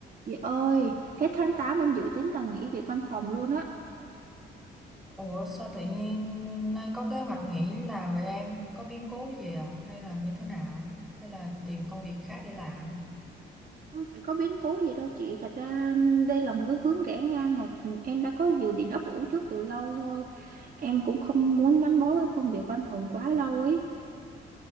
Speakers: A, on the right (about 45°); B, in the centre.
A: Chị ơi, hết tháng 8 em dự tính là nghỉ việc văn phòng luôn á.
B: Ủa sao tự nhiên nay có kế hoạch nghỉ làm vậy em? Có biến cố gì à? Hay là như thế nào? Hay là tìm công việc khác để làm?
A: Không phải có biến cố gì đâu chị. Thật ra um, đây là một cái hướng rẽ ngang mà em đã có dự định ấp ủ trước từ lâu thôi. Em cũng không muốn gắn bó với công việc văn phòng quá lâu ấy.